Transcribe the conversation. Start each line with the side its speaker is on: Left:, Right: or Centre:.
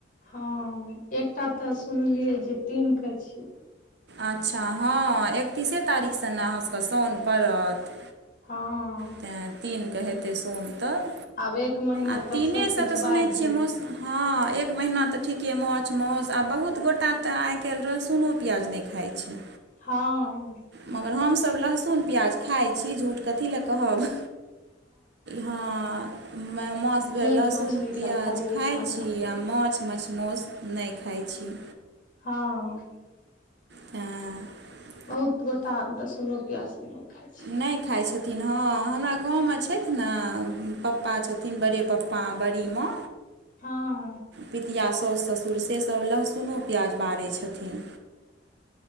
Left: हँ एकटा तऽ सुनलियै जे तीन के छियै
Right: अच्छा हँ एकतीसे तारीखसँ ने अहाँसबके साउन पड़त
Left: हँ
Right: तैँ तीनक हेतै सोम तब
Left: आब एक महीना
Right: आ
Left: तक
Right: तीनेसँ
Left: सबकिछु
Right: तऽ सुनै
Left: बारि
Right: छियै
Left: दियौ
Right: मौस हँ एक महिना तऽ ठीके मौछ मासु आ बहुत गोटा तऽ आइकाल्हि रहसुनो प्याज नै खाइ छै
Left: हँ
Right: मगर हमसब लहसुन प्याज खाइ छी झूठ कथीलए कहब हँ मे मो द बेर
Left: मीट
Right: लहसुन
Left: मछली
Right: प्याज
Left: सब खाली
Right: खाइ
Left: एक महीना
Right: छी
Left: के लिए
Right: आ माछ मछ मौस नै खाइ छी
Left: हँ
Right: तैं
Left: बहुत गोटा दहसुनो प्यास सब नै खाइ छै
Right: नै खाइ छथिन हँ, हमरा गाँवमे छथि ने पप्पा छथिन बड़े पप्पा पाँ बरीमे
Left: हँ।
Right: पितिया साउसु ससुर सेसब लहसुनो प्याज बारै छथिन।